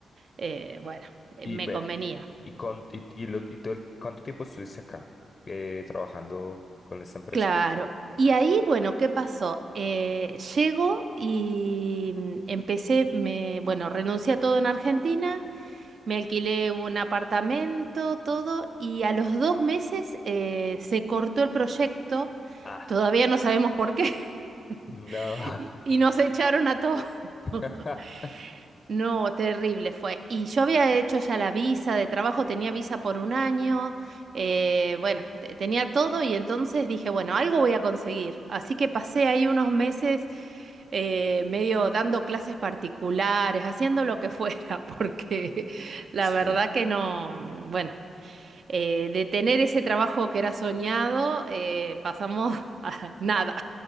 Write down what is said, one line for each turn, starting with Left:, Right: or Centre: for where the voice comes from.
Right: eh, bueno, eh,
Left: Y
Right: me
Left: ven,
Right: convenía.
Left: y con y, y, lo- y todo el- ¿cuánto tiempo estuviste acá eh, trabajando con esta empresa?
Right: Claro. Y ahí, bueno, ¿qué pasó? Eh, llego y mm, empecé, me, bueno, renuncié a todo en Argentina, me alquilé un apartamento, todo, y a los dos meses eh, se cortó el proyecto,
Left: Ah,
Right: todavía no sabemos por qué, <laughs>
Left: no.
Right: y, y nos echaron a todos.
Left: <laughs>
Right: <laughs> No, terrible fue. Y yo había hecho ya la visa de trabajo, tenía visa por un año, eh, bueno, te- tenía todo y entonces dije, bueno, algo voy a conseguir. Así que pasé ahí unos meses eh, medio dando clases particulares, haciendo lo que fuera, <laughs> porque la
Left: Sí.
Right: verdad que no, bueno, eh, de tener ese trabajo que era soñado, eh, pasamos <laughs> a nada.